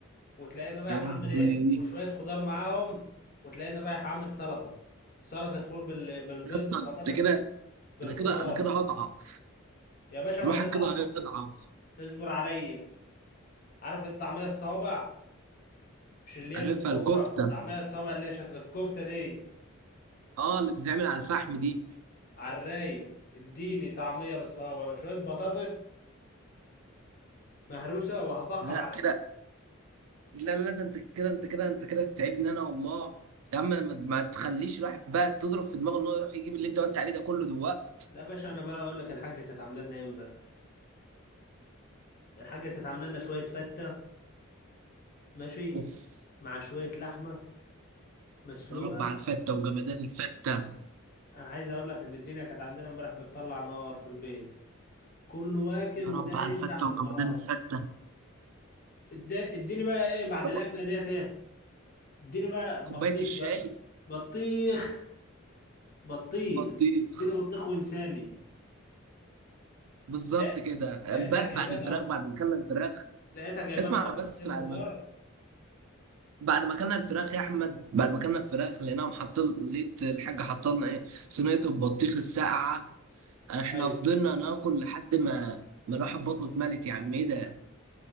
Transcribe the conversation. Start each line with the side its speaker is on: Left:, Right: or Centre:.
Left: وتلاقيني رايح
Right: يا ربي
Left: اعمل ايه وشويه خضار معاهم وتلاقيني رايح اعمل سلطه سلطه فول بال- بالبيض
Right: يا اسطى
Left: بالطماطم
Right: انت كده
Left: بالخضار
Right: انا كده انا كده هضعف
Left: يا باشا ما
Right: الواحد
Left: تقطع
Right: كده هيضعف
Left: اصبر عليا عارف الطعميه الصوابع مش اللي هي
Right: عارفها
Left: المدوره
Right: الكفته
Left: طعميه الصوابع اللي هي شكل الكفته دي
Right: اه اللي بتتعمل على الفحم دي
Left: على الرايق اديني طعميه بالصوابع شويه بطاطس مهروسه وهفخم
Right: لا
Left: على
Right: كده
Left: العمل
Right: لا لا ده انت كده انت كده انت كده بتتعبني انا والله يا عم ما ما تخليش الواحد بقى تضرب في دماغه ان هو يروح يجيب اللي انت قلت عليه ده كله دلوقتي
Left: لا يا باشا انا بقى اقول لك الحاجه كانت عامله لنا ايه امبارح الحاجه كانت عامله لنا شويه فته ماشي
Right: اوف
Left: مع شويه لحمه مسلوقه
Right: يا رب على الفته وجمدان الفته
Left: انا عايز اقول لك ان الدنيا كانت عندنا امبارح بتطلع نار في البيت كله واكل
Right: يا رب
Left: ونايم
Right: على الفته
Left: تحت المراوح
Right: وجمدان الفته
Left: إد- اديني بقى ايه بعد
Right: طب
Left: الاكله ديت ايه اديني بقى
Right: كوبايه
Left: بطيخ
Right: الشاي
Left: بقى بطيخ بطيخ
Right: بطيخ
Left: اديني بطيخ وانساني
Right: بالظبط
Left: لا
Right: كده
Left: لقيتها
Right: امبارح
Left: جايبه
Right: بعد الفراخ
Left: لنا
Right: بعد ما اكلنا الفراخ
Left: لقيتها جايبه
Right: اسمع
Left: لنا بطيختين
Right: بس بعد
Left: كبار
Right: ما بعد ما اكلنا الفراخ يا احمد بعد ما اكلنا الفراخ لقيناهم حاطين لقيت الحاجه حاطه لنا ايه صينيه البطيخ الساقعه احنا
Left: ايوه
Right: فضلنا ناكل لحد ما ما الواحد بطنه اتملت يا عم ايه ده